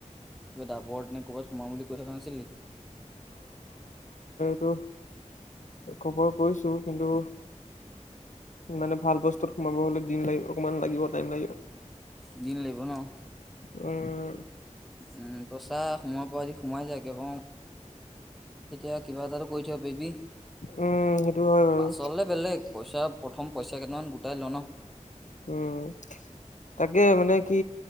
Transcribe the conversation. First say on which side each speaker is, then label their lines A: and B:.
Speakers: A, in the centre; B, on the left.
A: কিবা ডাবৰত নে ক'ৰবাত সোমাম বুলি কৈ থকা নাছিলি?
B: টো খবৰ কৰিছো কিন্তু মানে ভাল বস্তুত সোমাব হ'লে দিন লাগিব অকমান লাগিব টাইম লাগিব।
A: দিন লাগিব ন'।
B: উ,
A: উম তই চা সোমোৱাৰ পৰা যদি সোমাই যায় কি কওঁ তেতিয়া কিবা এটাটো কৰি থাকিব পাৰিবি
B: উম সেইটো হয় বাৰু
A: পাছলে বেলেগ পইচা প্ৰথম পইচা কেইটামান গোটাই ল' ন?
B: উম তাকে মানে কি